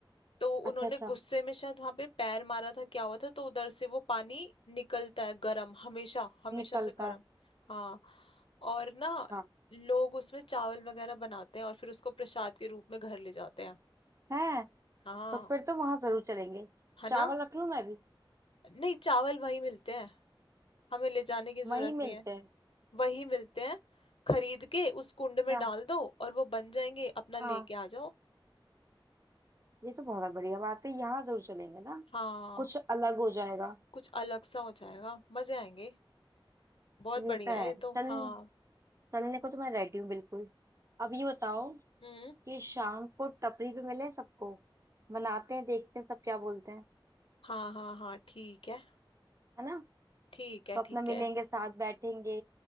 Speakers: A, on the left; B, on the right.
A: तो
B: अच्छा
A: उन्होंने
B: अच्छा
A: गुस्से में शायद वहां पे पैर मारा था क्या हुआ था तो उधर से वो पानी निकलता है गर्म हमेशा हमेशा
B: निकलता
A: से गर्म
B: है
A: हाँ और ना
B: अच्छा
A: लोग उसमें चावल वगैरह बनाते हैं और फिर उसको प्रसाद के रूप में घर ले जाते हैं
B: है
A: हाँ
B: तो फिर तो वहां जरूर चलेंगे
A: है
B: चावल
A: ना
B: रख लूं मैं भी
A: नहीं चावल वही मिलते हैं हमें ले जाने की
B: वहीं
A: जरूरत
B: मिलते
A: नहीं है
B: हैं
A: वही मिलते हैं खरीद के उस कुंड
B: अच्छा
A: में डाल दो और वो बन जाएंगे अपना
B: हाँ
A: लेके आ जाओ
B: ये तो बहुत बढ़िया बात है यहाँ जरूर चलेंगे ना
A: हाँ
B: कुछ अलग हो जाएगा
A: कुछ अलग सा हो जाएगा मजे आएंगे बहुत बढ़िया
B: ये तो
A: है
B: है
A: ये तो
B: चल
A: हाँ
B: चलने को तो मैं रेडी हूँ बिल्कुल अब ये बताओ
A: हम्म
B: कि शाम को टपरी पे मिले सबको बनाते हैं देखते हैं सब क्या बोलते हैं
A: हाँ हाँ हाँ ठीक है
B: है ना
A: ठीक है
B: तो अपना
A: ठीक
B: मिलेंगे
A: है
B: साथ बैठेंगे